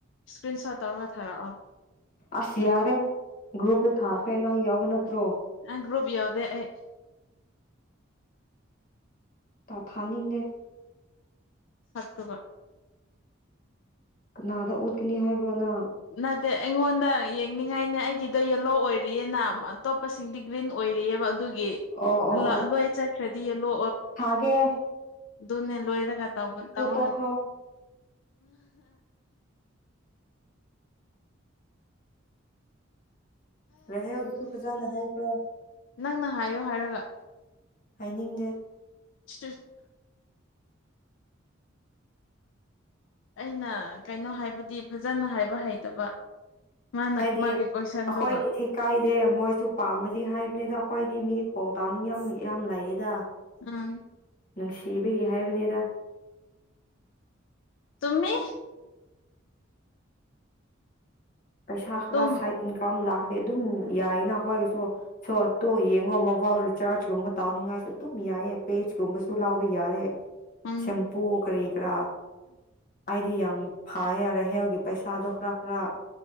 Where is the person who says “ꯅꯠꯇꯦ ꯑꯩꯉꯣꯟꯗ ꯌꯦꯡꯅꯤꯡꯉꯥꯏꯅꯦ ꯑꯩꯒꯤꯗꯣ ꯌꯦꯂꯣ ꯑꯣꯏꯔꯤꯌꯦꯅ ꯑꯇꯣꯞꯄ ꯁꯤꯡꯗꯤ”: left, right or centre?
Left